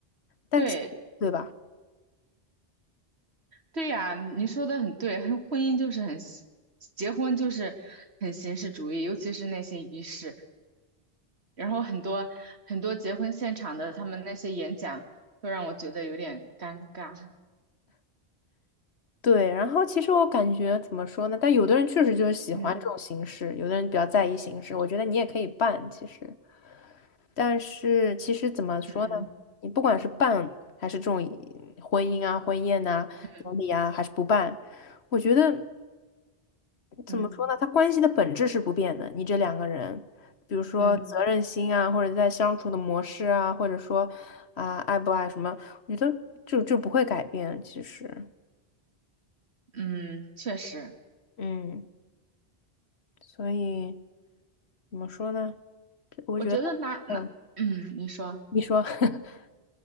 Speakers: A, on the left; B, on the right.
A: 但其对吧？
B: 对。对呀，你说的很对，很婚姻就是很形，结婚就是很形式主义，尤其是那些仪式。然后很多很多结婚现场的他们那些演讲，都让我觉得有点尴尬。
A: 对，然后其实我感觉怎么说呢？但有的人确实就是喜欢这种形式，
B: 嗯
A: 有的人比较在意形式。我觉得你也可以办，其实，但是其实怎么说呢？
B: 嗯，
A: 你不管是办还是这种婚姻啊、婚宴呐、
B: 嗯
A: 典礼啊，还是不办，我觉得怎么说呢？
B: 嗯
A: 他关系的本质是不变的。你这两个人，比如说责任心啊，
B: 嗯
A: 或者在相处的模式啊，或者说啊、爱不爱什么，我觉得就就不会改变。其实，
B: 嗯，确实，
A: 嗯。所以怎么说呢？这我觉得，
B: 我觉得拿拿嗯，
A: 嗯，
B: 你说，
A: 你说，<laughs>